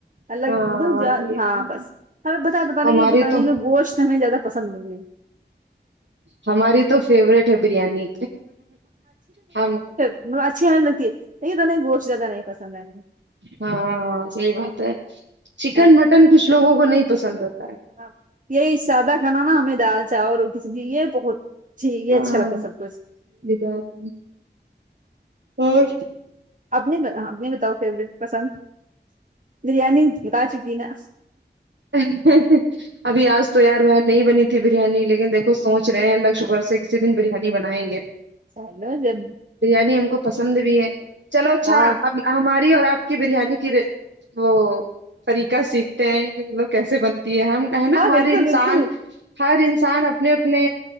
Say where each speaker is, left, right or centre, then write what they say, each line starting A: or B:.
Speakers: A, on the right; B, on the right.
A: اللہ
B: ہاں یہ بات
A: ہاں بس
B: ہے
A: ہمیں بتا تو کہ
B: ہماری
A: یہ بتانے
B: تو
A: گوشت ہمیں زیادہ پسند نہیں ہے
B: ہماری تو فیوروریٹ ہے بریانی ہم
A: م اچھی ہمیں لگتی ہے یہ تو نہیں گوشت زیادہ نہیں پسند ہے
B: ہاں صحیح بات ہے چکن
A: ہاں
B: مٹن کچھ لوگوں کو نہیں پسند ہوتا ہے
A: ہاں یہی سادہ کھانا نا ہمیں دال چاول روٹی سبزی یہ بہت جی یہ
B: ہاں
A: اچھا لگتا ہے سب کچھ ہے
B: <unintelligible> اور
A: اپنی بتاؤ فیورٹ پسند بریانی بتا چکی نا
B: آہا ہا ابھی آج تو یار وہ نہیں بنی تھی بریانی لیکن دیکھو سوچ رہے ہیں فرصت سے کسی دن بریانی بنائیں گے
A: چلو جب
B: بریانی ہم کو پسند بھی ہے چلو اچھا
A: ہاں
B: اب ہماری اور آپ کی بریانی کی رے وہ طریقہ سیکھتے ہیں مطلب کیسے بنتی ہے ہم ہے نا
A: ہاں
B: ہر
A: بالکل
B: انسان
A: بالکل
B: ہر انسان اپنے اپنے